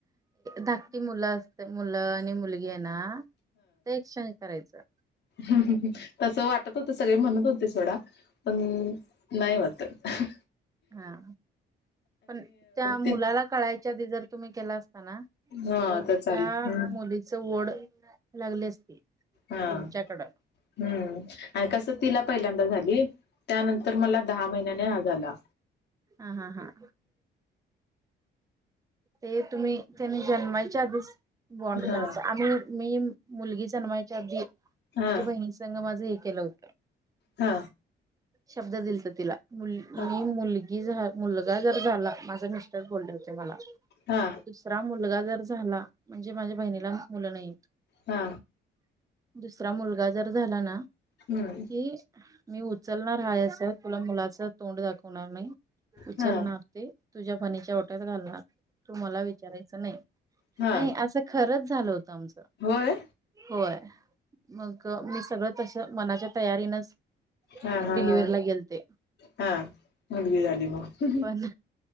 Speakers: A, on the right; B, on the left.
A: धाककी मुलं असते मुलं आणि मुलगी घे ना ते एक्शनज करायचं.
B: ह तस वाटत होत सगळे म्हणत होते सोडा पण नाही वाट ह
A: हा पण त्या मुलाला
B: ती
A: कळायच. जर तुम्ही केला असताना
B: हा
A: तर,
B: चालेल
A: त्या
B: हम्म
A: मुलीच ओढ लागली असती
B: हा
A: तुमच्याकडं
B: हम्म आणि कसं तिला पहिल्यांदा झाली त्यानंतर मला दहा महिन्याने हा झाला.
A: हम हम हा ते तुम्ही त्यांनी जन्माच्या आधीच बॉड
B: हा
A: करायच आणि मी मुलगी जन्मायच्या अधी
B: हा
A: माझ्या बहिणी संघ माझं हे केलं होतं.
B: हा
A: शब्द दिलत तिला मुली
B: हा
A: मुलगी जर मुलगा जर झाला माझा मिस्टर बोलले होते मला दुसरा
B: हा
A: मुलगा जर झा म्हणजे माझ्या बहिणीला मुलं नाहीत.
B: हा.
A: दुसरा मुलगा जर झाला ना
B: हम्म
A: की मी उचलणार हाय असत. तुला मुलाच तोंड दाखवणार नाही, उचलणार
B: हा
A: ते तुझ्या फणीच्या ओट्यात घालणार. तु मला विचारायचं नाही
B: हा
A: नाही असं खरंच झालं होत.
B: होय
A: होय मग मी सगळं तस मनाच्या तयारीनच
B: हा हा
A: डिलिव्हला
B: हा
A: गेलते.
B: हा मुलगी झाली मग
A: पण